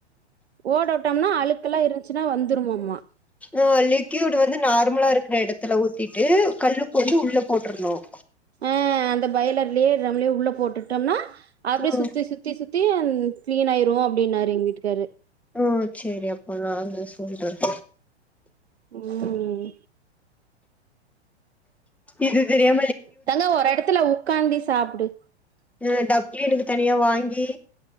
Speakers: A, on the right; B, in the centre.
A: ஓடட்டோம்னா அழுக்கெல்லாம் இருந்ச்சுன்னா வந்துருமோம்மா
B: ஓ லிக்கியூடு வந்து நார்மலா இருக்கற எடத்துல ஊத்திட்டு கல்லுப்பு வந்து உள்ள போட்றனும்
A: ஆ அந்த பயலர்லயே ட்ரம்யோ உள்ள போட்டுட்டோம்னா அப்டி
B: ம்
A: சுத்தி சுத்தி சுத்தி அம் கிளீன் ஆயிரும் அப்டின்னாரு எங்க வீட்டுக்காரு
B: ம் சேரி அப்போ நா வந்து சொல்றேன்
A: ம்
B: இது தெரியா
A: தங்க ஒரு எடத்துல உக்காந்தி சாப்புடு
B: அ டப்க்ளீனுக்கு தனியா வாங்கி